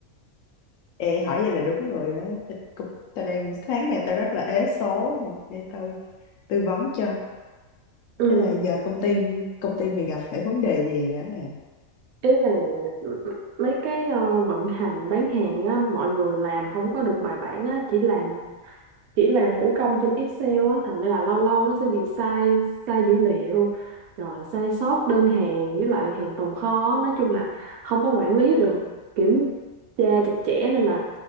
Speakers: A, on the left; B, on the right.
A: Ê, hỏi vậy là đúng rồi á. Ta, cũng- ta đang sáng nay ta rất là ế số nè, để tao tư vấn cho.
B: Ừ,
A: Thế là giờ công ty công ty mày gặp phải vấn đề gì đã nè?
B: ý là m- mấy cái ờ, vận hành bán hàng á, mọi người làm không có được bài bản á, chỉ làm chỉ làm thủ công trên Excel á thành ra là lâu lâu nó sẽ bị sai sai dữ liệu rồi sai sót đơn hàng với lại hàng tồn kho á. nói chung là không có quản lý được kiểm tra chặt chẽ nên là